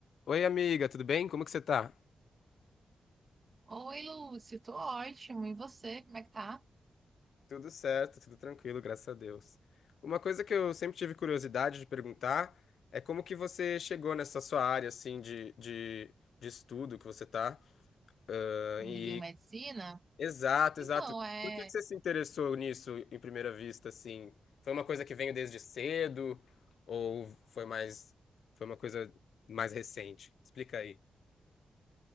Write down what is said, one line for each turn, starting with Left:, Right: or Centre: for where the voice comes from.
Left: Oi, amiga, tudo bem? Como que você tá?
Right: Oi, Lúcio, tô ótimo. E você, como é que tá?
Left: Tudo certo, tudo tranquilo, graças a Deus. Uma coisa que eu sempre tive curiosidade de perguntar é como que você chegou nessa sua área, assim, de, de, de estudo que você tá. Ah,
Right: De
Left: E
Right: biomedicina?
Left: Exato,
Right: Então,
Left: exato.
Right: é.
Left: Por que que você se interessou nisso em primeira vista, assim? Foi uma coisa que veio desde cedo ou foi mais, foi uma coisa mais recente? Explica aí.